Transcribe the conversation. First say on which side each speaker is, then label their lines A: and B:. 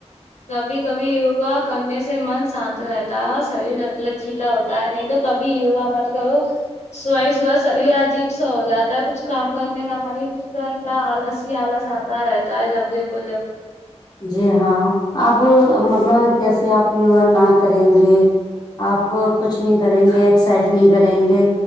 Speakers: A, on the left; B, on the left.
A: کبھی کبھی یوگا کرنے سے من شانت رہتا ہے اور شریر لچیلا ہوتا ہے نہیں تو کبھی یوگا مت کرو سویے سویے شریر عجیب سا ہوجاتا ہے کچھ کام کرنے کا من ہی نہیں رہتا ہے آلس ہی آلس آتا رہتا ہے جب دیکھو جب
B: جی ہاں آپ مطلب جیسے آپ یوگا نہ کریں گے آپ کچھ نہیں کریں گے ایکسرسائز نہیں کریں گے